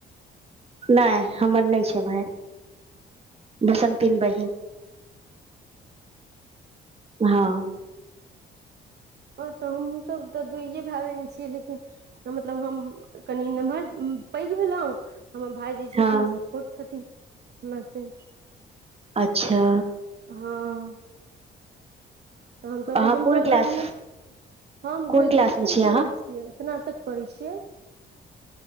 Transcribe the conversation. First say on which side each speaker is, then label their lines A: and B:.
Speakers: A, on the right; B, on the right.
A: नहि हमर नहि छै भाय बस हम तीन बहिन। हँ
B: ओ तब तऽ हमूँ सब तऽ दुइए भायन छीियै लेकिन मतलब हम कनि नमहर पैघ भेलहुँ हमर भाय जे छथिन
A: हँ
B: से छोट छथिन हमरा से
A: अच्छा।
B: हँ। तऽ हम सब
A: अहाँ
B: हम
A: कोन
B: तऽ
A: क्लास
B: हम
A: कोन
B: ग्रेजुएशन
A: क्लासमे छी
B: करै
A: अहाँ
B: छी। स्नातक करै छियै।